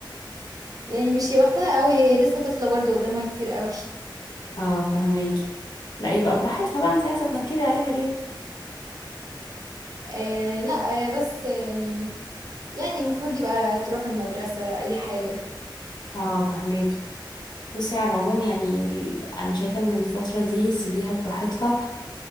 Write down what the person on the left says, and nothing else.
اه فهماكي لا يبقى براحتها بقى انتي عايزة تنكدي عليها ليه
اه فهماكي بصي على العموم يعني ال... انا شايفة ان الفترة دي سيبيها براحتها